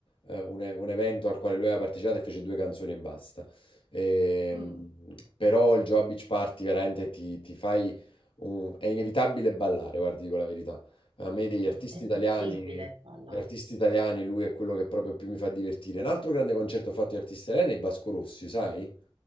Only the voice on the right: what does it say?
mm,
no, è impossibile
balla.